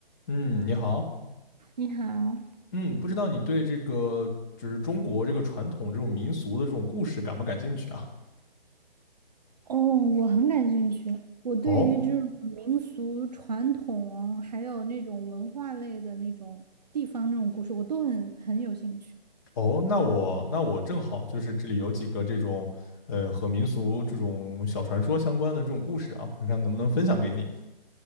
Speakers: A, on the left; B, on the right.
A: 嗯，你好。
B: 你好，
A: 嗯，不知道你对这个就是中国这个传统这种民俗的这种故事感不感兴趣啊？
B: 哦，我很感兴趣。我对于这种民俗传统，
A: 哦
B: 还有那种文化类的那种地方那种故事，我都很很有兴趣。
A: 哦，那我那我正好就是这里有几个这种呃和民俗这种小传说相关的这种故事啊，我看能不能分享给你。